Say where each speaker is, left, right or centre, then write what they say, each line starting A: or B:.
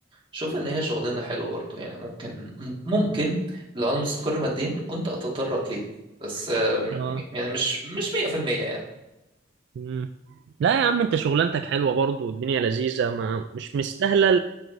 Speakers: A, on the right; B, on the right.
A: شوف ان هي شغلانه حلوه برضه يعني ممكن م- ممكن لو انا مستقر ماديا كنت اتطرق ليها بس آه، م-
B: اه
A: م- يعني مش مش 100% يعني
B: مم. لا يا عم انت شغلانتك حلوة برضو والدنيا لذيذة ما مش مستاهلة